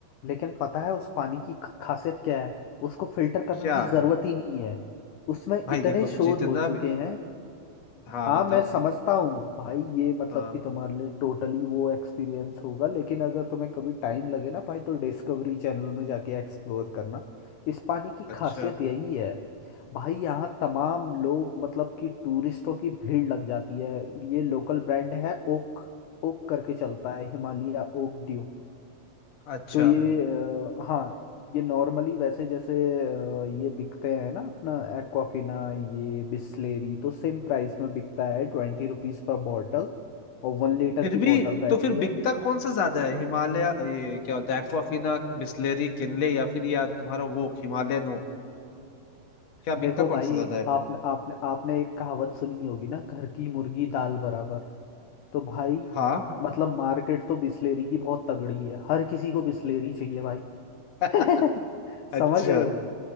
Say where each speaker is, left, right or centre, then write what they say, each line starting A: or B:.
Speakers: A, on the left; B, on the left.
A: लेकिन पता है उस पानी की ख- खासियत क्या है उसको फिल्टर करने
B: क्या
A: की जरूरत ही नहीं है उसमें
B: भाई
A: इतने
B: देखो
A: शोध
B: जितना
A: हो चुके
B: भी
A: हैं
B: हाँ
A: हाँ
B: बताओ
A: मैं समझता हूँ भाई ये मतलब
B: हाँ
A: कि तुम्हारे लिए टोटली वो एक्सपीरियंस होगा लेकिन अगर तुम्हें कभी टाइम लगे ना भाई तो डिस्कवरी चैनल में जाके एक्सप्लोर करना इस पानी की
B: अच्छा
A: खासियत यही है भाई यहाँ तमाम लोग मतलब कि टूरिस्टों की भीड़ लग जाती है ये लोकल ब्रांड है ओक ओक करके चलता है हिमालय ओक ड्यू
B: अच्छा
A: तो ये अ, हाँ ये नॉर्मली वैसे जैसे अ, ये बिकते हैं ना अपना एक्वाफिना ये बिस्लेरी तो सेम प्राइस में बिकता है ट्वेंटी रुपीज़ पर बॉटल और वन लीटर
B: फिर
A: की
B: भी
A: बॉटल रहती
B: तो फिर
A: है
B: बिकता कौन सा ज्यादा है हिमालय ये क्या बोलते हैं एक्वाफिना बिस्लेरी किनले या फिर या तुम्हारा वो हिमालयन हो क्या
A: देखो
B: बिकता
A: भाई
B: कौन सा ज्यादा
A: एक
B: है
A: आपने आपने आपने एक कहावत सुनी होगी ना घर की मुर्गी दाल बराबर तो भाई
B: हाँ
A: मतलब मार्केट तो बिस्लेरी की बहुत तगड़ी है हर किसी को बिस्लेरी चाहिए भाई <laughs>
B: <laughs> अच्छा
A: समझ रहे हो